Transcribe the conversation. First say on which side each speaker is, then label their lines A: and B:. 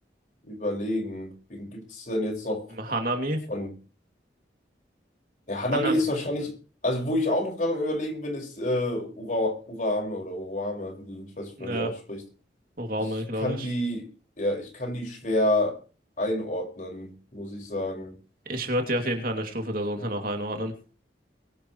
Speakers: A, on the left (about 45°); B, on the right (about 50°).
A: überlegen, wen gibt es denn jetzt noch
B: Hanami?
A: von. Ja, Hanami
B: Hanami,
A: ist wahrscheinlich. Also, wo ich auch noch gerade am Überlegen bin, ist äh, Ura, Urame oder Urame, wie die, ich weiß nicht,
B: ja.
A: wie man die ausspricht.
B: Oraume,
A: Ich
B: glaube
A: kann
B: ich.
A: die, ja, ich kann die schwer einordnen, muss ich sagen.
B: Ich würde die auf jeden Fall eine Stufe darunter noch einordnen.